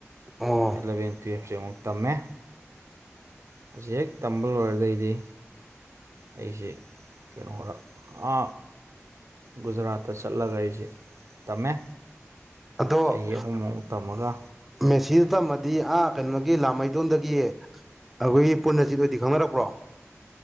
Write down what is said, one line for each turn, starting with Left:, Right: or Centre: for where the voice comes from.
Centre: ꯑꯣ
Right: ꯑꯦꯂꯚꯦꯟ ꯇꯨꯌꯦꯞꯁꯦ ꯑꯃꯨꯛ ꯇꯝꯃꯦ ꯃꯁꯤ ꯍꯦꯛ ꯇꯝꯕ ꯂꯣꯏꯔꯗꯩꯗꯤ ꯑꯩꯁꯤ ꯀꯩꯅꯣꯔ ꯑ ꯒꯨꯖꯔꯥꯠꯇ ꯆꯠꯂꯒ ꯑꯩꯖꯦ ꯇꯝꯃꯦ
Centre: ꯑꯗꯣ
Right: ꯆꯍꯤ ꯑꯍꯨꯝ ꯃꯨꯛ ꯇꯝꯃꯒ
Centre: ꯃꯦꯁꯤꯗ ꯇꯝꯃꯗꯤ ꯑꯥ ꯀꯩꯅꯣꯒꯤ ꯂꯥꯃꯩꯗꯣꯟꯗꯒꯤ ꯑꯩꯈꯣꯏꯒꯤ ꯄꯨꯟꯅꯖꯤꯠ ꯍꯣꯏꯗꯤ ꯈꯪꯅꯔꯛꯄ꯭ꯔꯣ